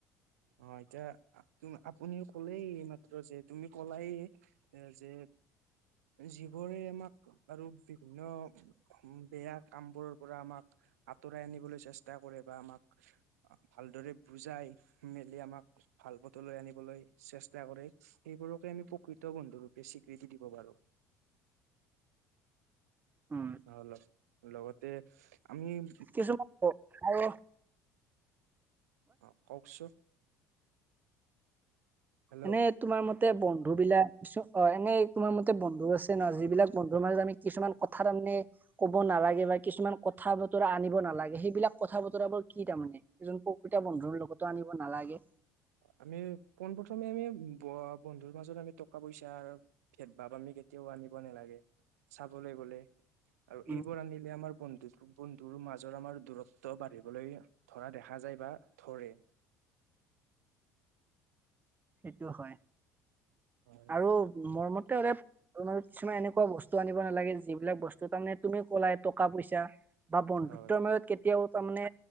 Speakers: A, on the right; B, on the right.
A: অঁ এতিয়া আতুম আপুনিও ক'লেই এইমাত্ৰ যে, তুমি কলাই- এ যে যিবোৰে আমাক আৰু বিভিন্ন- বেয়া কামবোৰৰ পৰা আমাক আঁতৰাই আনিবলৈ চেষ্টা কৰে বা আমাক- ভালদৰে বুজাই মেলি আমাক ভাল পথলৈ আনিবলৈ চেষ্টা কৰে। এইবোৰকে আমি প্ৰকৃত বন্ধুৰূপে স্বীকৃতি দিব পাৰো।
B: উম'
A: অঁ ল লগতে আমি-
B: কিছুমান আৰু-
A: অঁ, কওকচোন? হেল্ল'
B: এনেই তোমাৰ মতে বন্ধু বিলাক- চু হয় নেই তোমাৰ মতে বন্ধু আছে ন, যিবিলাক বন্ধুৰ মাজত আমি কিছুমান কথা তামানে- ক'ব নালাগে বা কিছুমান কথা বতৰা আনিব নালাগে সেইবিলাক কথা বতৰাবোৰ কি তাৰমানে? এজন প্ৰকৃতা বন্ধুৰ লগতো আনিব নালাগে।
A: আমি পোনপ্ৰথমে আমি ব বন্ধুৰ মাজত আমি টকা - পইচা ভেদ ভাৱ আমি কেতিয়াও আনিব নালাগে, চাবলৈ গলে। আৰু
B: উম
A: এইবোৰ আনিলে আমাৰ বন্ধুত বন্ধুৰ মাজৰ আমাৰ দূৰত্ব বাঢ়িবলৈ ধৰা দেখা যায় বা ধৰে।
B: সেইটো হয়
A: হয়
B: আৰু মোৰ মতে হলে <unintelligible> এনেকুৱা বস্তু আনিব নালাগে যিবিলাক বস্তু তাৰমানে তুমি কলাই টকা - পইচা বা বন্ধুত্বৰ
A: হয়
B: মাজত কেতিয়াও তাৰমানে